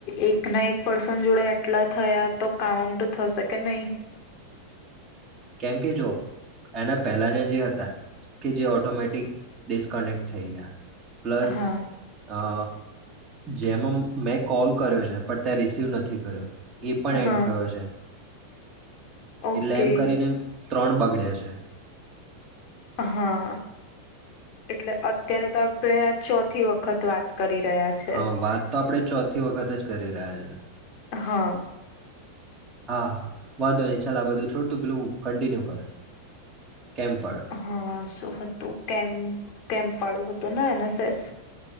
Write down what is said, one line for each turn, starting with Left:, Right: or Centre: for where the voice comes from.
Left: એક ના એક પર્સન જોડે આટલા થયા તો, કાઉન્ટ થશે કે નહી?
Right: કેમ કે જો, એના પહેલાના જે હતા. કે જે ઓટોમેટિક ડિસકનેક્ટ થઈ ગયા. પ્લસ
Left: હા
Right: અ જેમાં મેં કોલ કર્યો છે. પણ તે રિસીવ નથી કર્યો. એ પણ
Left: હા
Right: એડ થયો છે.
Left: ઓકે.
Right: એટલે એમ કરીને ત્રણ બગડ્યાં છે.
Left: હાઆઆ એટલે, અત્યારે તો આપણે આ ચોથી વખત વખત વાત કરી રહ્યા છે
Right: હા! વાત તો આપડે ચોથી વખત જ કરી રહ્યા છે.
Left: હા.
Right: હા હા વાંધો નહી ચાલ, આ બધું છોડ તું પેલું કન્ટિન્યુ કર. કેમ પણ
Left: હા શું હતું? કેમ્ કેમ્પ વાળું હતું ને એનએસેસ